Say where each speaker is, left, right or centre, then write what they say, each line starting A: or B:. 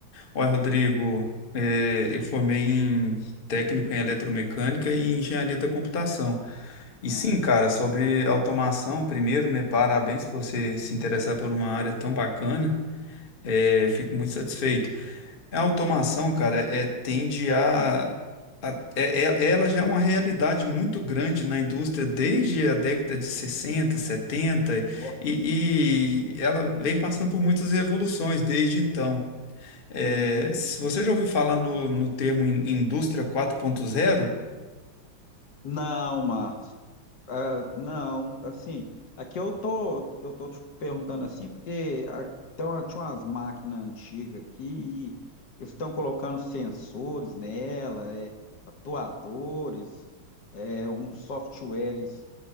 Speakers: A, on the left (about 35°); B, on the left (about 65°).
A: Oi, Rodrigo, é, eu formei em técnico em eletromecânica e em engenharia da computação. E
B: Ah,
A: sim, cara, sobre automação, primeiro, né, parabéns por você se interessar por uma área tão bacana. É, fico muito satisfeito. A automação, cara, é, tende a, a- é- é- ela
B: uhum,
A: já é uma realidade muito grande na indústria desde a década de 60 70
B: boa.
A: e, e ela vem passando por muitas revoluções desde então. É,
B: Uhum.
A: se você já ouviu falar no, no termo in- indústria quatro ponto zero
B: Não, Márcio. Ah, não, assim, aqui eu tô, eu tô te perguntando assim, porque ah, tem uma- tinha umas máquinas antigas aqui, e eles estão colocando sensores nela, é, atuadores, é, uns softwares